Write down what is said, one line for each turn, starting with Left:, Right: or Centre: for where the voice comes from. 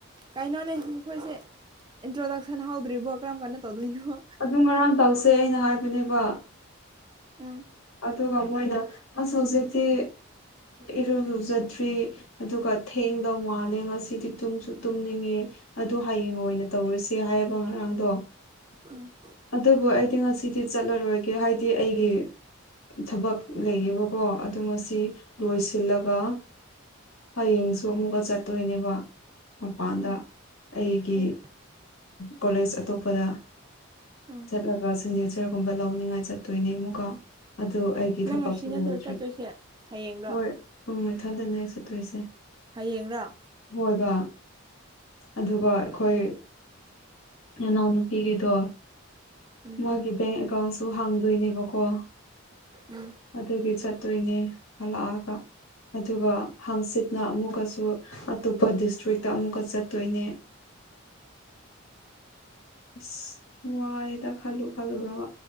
Right: ꯀꯩꯅꯣꯅꯦ ꯃꯈꯣꯏꯁꯦ ꯏꯟꯇ꯭ꯔꯣꯗꯛꯁꯟ ꯍꯧꯗ꯭ꯔꯤꯕꯣ ꯀꯔꯝ ꯀꯥꯟ ꯇꯧꯗꯣꯏꯅꯣ
Left: ꯑꯗꯨꯨꯝ ꯉꯔꯥꯡ ꯇꯧꯁꯦ ꯑꯩꯅ ꯍꯥꯏꯕꯅꯦꯕ
Right: ꯎꯝ
Left: ꯑꯗꯨꯒ ꯃꯣꯏꯅ ꯑꯁ ꯍꯧꯖꯤꯛꯇꯤ ꯏꯔꯨ ꯂꯨꯖꯗ꯭ꯔꯤ ꯑꯗꯨꯒ ꯊꯦꯡꯗꯧ ꯃꯥꯜꯂꯦ ꯉꯁꯤꯗꯤ ꯇꯨꯝꯁꯨ ꯇꯨꯝꯅꯤꯡꯉꯦ ꯑꯗꯨ ꯍꯌꯦꯡ ꯑꯣꯏꯅ ꯇꯧꯔꯁꯦ ꯍꯥꯏꯌꯦꯕ ꯉꯔꯥꯡꯗꯣ
Right: ꯎꯝ
Left: ꯑꯗꯨꯕꯨ ꯑꯩꯗꯤ ꯉꯁꯤꯗꯤ ꯆꯠꯂꯔꯣꯏꯒꯦ ꯍꯥꯏꯗꯤ ꯑꯩꯒꯤ ꯊꯕꯛ ꯂꯩꯌꯦꯕꯀꯣ ꯑꯗꯨ ꯃꯁꯤ ꯂꯣꯏꯁꯤꯜꯂꯒ ꯍꯌꯦꯡꯁꯨ ꯑꯃꯨꯛꯀ ꯆꯠꯇꯣꯏꯅꯦꯕ ꯃꯄꯥꯟꯗ
Right: ꯎꯝ
Left: ꯑꯩꯒꯤ
Right: ꯎꯝ
Left: ꯀꯣꯂꯦꯖ ꯑꯇꯣꯞꯄꯗ
Right: ꯑꯝ
Left: ꯆꯠꯂꯒ ꯁꯤꯒꯅꯦꯆꯔꯒꯨꯝꯕ ꯂꯧꯅꯤꯡꯉꯥꯏ ꯆꯠꯇꯣꯏꯅꯦ ꯑꯃꯨꯛꯒ ꯑꯣ ꯑꯩꯒꯤ
Right: ꯅꯪ
Left: ꯊꯕꯛꯁꯨ
Right: ꯉꯁꯤ ꯅꯠꯇ꯭ꯔꯣ
Left: ꯂꯣꯏꯗ꯭ꯔꯤ
Right: ꯆꯠꯇꯣꯏꯁꯦ ꯍꯌꯦꯡꯔꯣ
Left: ꯍꯣꯏ ꯎꯝ ꯏꯊꯟꯗꯅꯦ ꯑꯩ ꯆꯠꯇꯣꯏꯁꯦ
Right: ꯍꯌꯦꯡꯂ
Left: ꯍꯣꯏꯕ ꯑꯗꯨꯒ ꯑꯩꯈꯣꯏ ꯏꯅꯥꯎꯅꯨꯄꯤꯈꯩꯗꯣ
Right: ꯎꯝ
Left: ꯃꯥꯒꯤ ꯕꯦꯡ ꯑꯦꯀꯥꯎꯟꯁꯨ ꯍꯥꯡꯗꯣꯏꯅꯦꯕꯀꯣ
Right: ꯎꯝ
Left: ꯑꯗꯨꯒꯤ ꯆꯠꯇꯣꯏꯅꯦ ꯍꯜꯂꯛꯑꯒ ꯑꯗꯨꯒ ꯍꯥꯡꯆꯤꯠꯅ ꯑꯃꯨꯛꯀꯁꯨ ꯑꯇꯣꯞꯄ ꯗꯤꯁꯇ꯭ꯔꯤꯛꯇ ꯑꯃꯨꯛꯀ ꯆꯠꯇꯣꯏꯅꯦ ꯑꯁ ꯋꯥꯌꯦꯗ ꯈꯜꯂꯨ ꯈꯜꯂꯨꯒ